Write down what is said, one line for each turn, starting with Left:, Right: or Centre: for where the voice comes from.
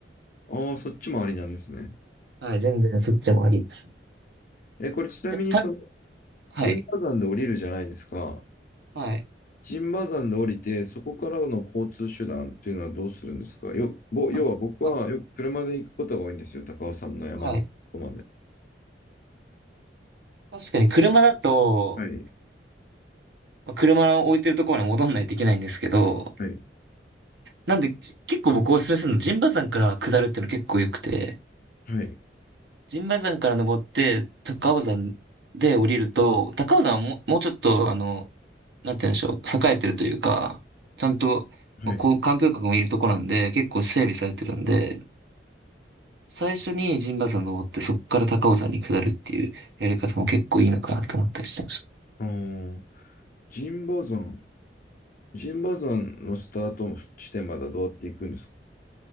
Left: ああ、そっちもありなんですね。
Right: はい、全然そっちもありです。
Left: え、これちなみにその、
Right: やっぱた、はい。
Left: 陣馬山で降りるじゃないですか。
Right: はい。
Left: 陣馬山で降りて、そこからの交通手段っていうのはどうするんですかよ、ぼ、要は僕はよく車で行くことが多いんですよ。
Right: あ、ま
Left: 高尾山の山のとこまで。
Right: はい。確かに車だと、
Left: はい、
Right: まあ車を置いてるところまで戻んないといけないんですけど、
Left: はい、
Right: なんで結構僕おすすめするの、陣馬山から下るっていうの結構良くて、
Left: はい、
Right: 陣馬山から登って高尾山で降りると、高尾山はもう、もうちょっとあの、なんて言うんでしょう、栄えてるというか、ちゃんと、
Left: はい。
Right: まあ、こう、環境局もいるとこなんで、結構整備されてるんで、最初に陣馬山登ってそこから高尾山に下るっていうやり方も結構いいのかなと思ったりしてます。
Left: あー、陣馬山、陣馬山のスタート地点まではどうやって行くんですか